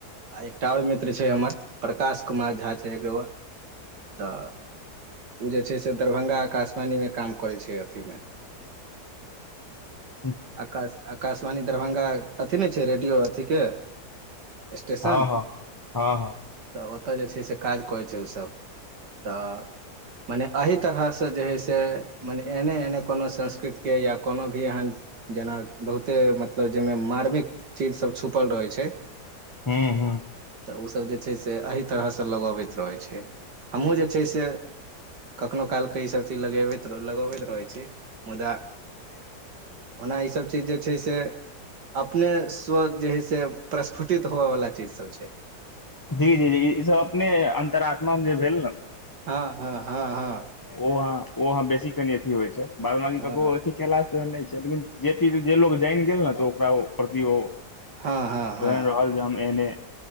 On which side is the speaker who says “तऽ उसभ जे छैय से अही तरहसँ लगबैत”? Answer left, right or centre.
Right